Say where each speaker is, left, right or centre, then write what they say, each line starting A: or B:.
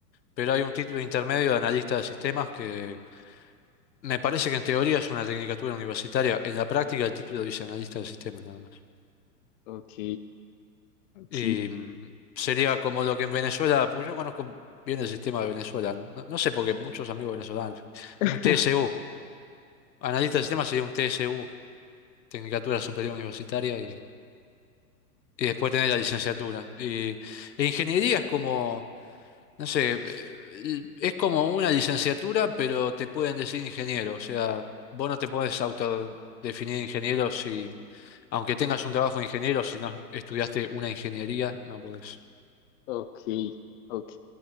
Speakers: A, on the left; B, on the left.
A: pero hay un título intermedio de analista de sistemas que me parece que en teoría es una tecnicatura universitaria, en la práctica el título dice analista de sistemas nada más.
B: Ok, ok,
A: Y mm, sería como lo que en Venezuela, pues yo conozco bien el sistema de Venezuela, no, no sé porque muchos amigos venezolanos,
B: <laughs>
A: un TSU, analista de sistemas sería un TSU, tecnicatura superior universitaria y... y después tener la licenciatura. Y e ingeniería es como No sé, eh, es como una licenciatura, pero te pueden decir ingeniero. O sea, vos no te puedes autodefinir ingeniero si, aunque tengas un trabajo de ingeniero, si no estudiaste una ingeniería, no podés.
B: ok, ok.